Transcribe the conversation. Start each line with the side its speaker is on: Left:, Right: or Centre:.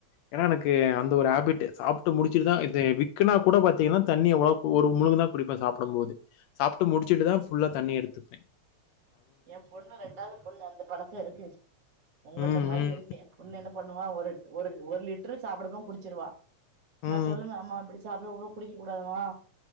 Left: ஏன்னா எனக்கு அந்த ஒரு ஹேபிட்டு சாப்ட்டு முடிச்சுட்டுதா இது விக்குனா கூட பாத்தீங்கன்னா தண்ணி அவ்ளோ ஒரு முழுங்குனா குடிப்பே சாப்ட போது சாப்ட்டு முடிச்சுட்டுதா ஃபுல்லா தண்ணி எடுத்துப்பே
Right: என் பொண்ணு ரெண்டாவது பொண்ணு அந்த பழக்க இருக்கு உங்கட்ட
Left: ம்,
Right: மாரி
Left: ம்,
Right: இருக்கே ஒண்ணு என்ன பண்ணுவா ஒரு ஒரு ஒரு லிட்ரு சாப்பிடவும் குடிச்சிருவா
Left: ம்,
Right: நா சொல்லுவே ஆமா இப்படி சாப்பிட போது குடிக்க கூடாதும்மா‌